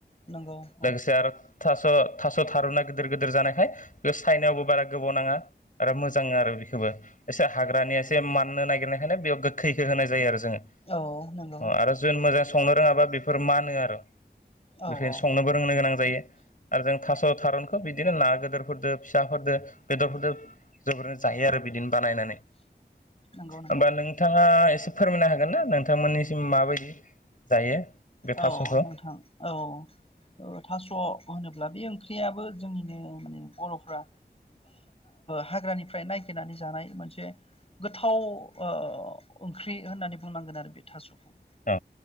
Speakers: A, on the left; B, on the left.
A: नंगौ औ
B: लोगोसे आरो थास' थास' थारुना गिदिर गिदिर जानायखाय बे साइनायावबो बारा गोबाव नाङा आरो मोजां आरो। बेखौबो एसे हाग्रानि एसे माननो नागिरनायखायनो बेयाव गोखैखौ होनाय जायो आरो। जोङो
A: औ नंगौ
B: आरो जों मोजां संनो रोङाबा बेफोर मानो आरो। बेफोरनो
A: औ औ
B: संनोबो रोंनो गोनां जायो। आरो जों थास' थारुनखौ बिदिनो ना गोदोरफोरदो फिसाफोरदो बेदरफोरदो जोंफोरो जायो आरो बिदिनो बानायनानै
A: नंगौ नंगौ
B: होमबा नोंथाङा एसे फोरमायनो हागोन ना नोंथांमोननिसिम माबायदि जायो बे थास'खौ
A: औ नोंथां औ थास' होनोब्ला ब्ला बे ओंख्रियाबो जोंनिनो बर'फ्रा हाग्रानिफ्राय नायगिरनानै जानाय मोनसे गोथाव ओ ओंख्रि होननानै बुंनांगोन आरो बे थास'खौ
B: औ।